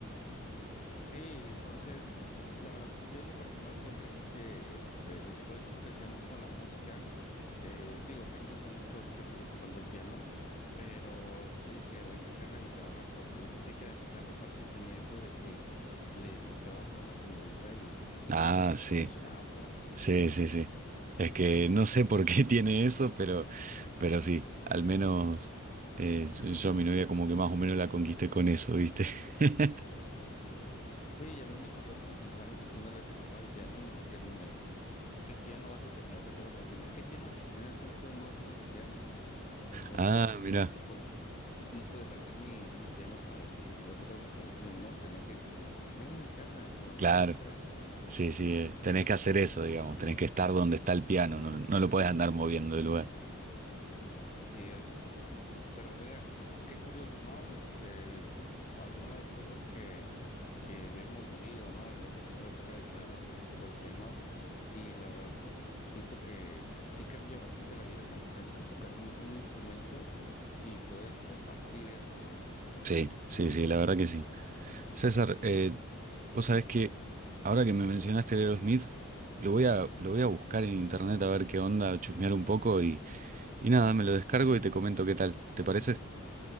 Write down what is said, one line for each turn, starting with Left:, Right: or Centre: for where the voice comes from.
Left: Sí, entonces, la verdad, yo en lo personal siempre quise, este, después que empecé m- con la música, eh, te digo, realmente no es que ahorita siga tocando el piano, pero sí decía, voy a tocar la guitarra, porque yo sentía que la guitarra aparte tenía eso de que le tocabas a una señorita y pues
Right: Ah, sí.
Left: te emocionaba, ¿no?
Right: Sí, sí, sí. Es que no sé por qué <laughs> tiene eso, pero, pero sí, al menos eh, yo a mi novia como que más o menos la conquisté con eso, ¿viste? <laughs>
Left: Sí, y a mí me tocó conquistarlas diciéndoles que tocaba el piano y diciéndome, ¿qué piano vas a tener? Recuerdo que me tenían, ¿qué piano vas a tener? Tú que no tocas el piano. Entonces,
Right: Ah, mira,
Left: pues no pude cargar mi, mi piano para decirles, te voy a tocar una canción, ¿no? Tenía que decirles, ven a mi casa, te, voy a
Right: claro.
Left: te voy a tocar.
Right: Sí, sí, eh, tenés que hacer eso, digamos, tenés que estar donde está el piano, no, no lo podés andar moviendo del lugar.
Left: Así es. Pero mira, qué curioso, ¿no? Este, algunas cosas que, que hemos vivido, ¿no? El, el aprender a tocar la guitarra, aprender a tocar el piano. Y la verdad, pues siento que sí cambia bastante la vida cuando aprendes a tocar un, un instrumento y puedes compartir eso, ¿no?
Right: Sí, sí, sí, la verdad que sí. César, eh, vos sabés que ahora que me mencionaste Leo Smith, lo voy a, lo voy a buscar en internet a ver qué onda, a chusmear un poco y, y nada, me lo descargo y te comento qué tal. ¿Te parece?